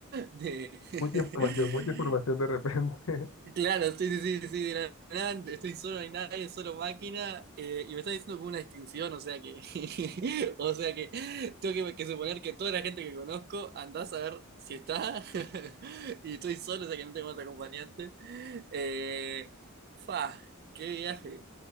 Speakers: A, on the right (about 45°); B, on the left (about 70°).
A: De- <laughs>
B: mucha información, mucha información de repente. <laughs>
A: Claro, sí, sí, sí, sí, de la nada, estoy solo, no hay nadie, solo máquina, eh, y me está diciendo como una distinción, o sea que, <laughs> o sea que tengo que, que suponer que toda la gente que conozco andás a ver si está, <laughs> y estoy solo, o sea que no tengo más acompañante. Eh, fa, qué viaje.